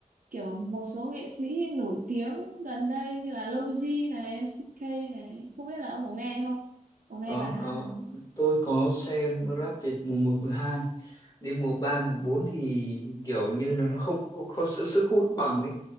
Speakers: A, on the right; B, on the left.
A: kiểu một số nghệ sĩ nổi tiếng gần đây như là Lofi này, MCK này, không biết là ông có nghe không? Có nghe
B: có
A: bài hát
B: có
A: này.
B: tôi có xem rap Việt mùa một mùa hai đến mùa 3 mùa 4 thì kiểu như là nó không không, không sự sức hút bằng ấy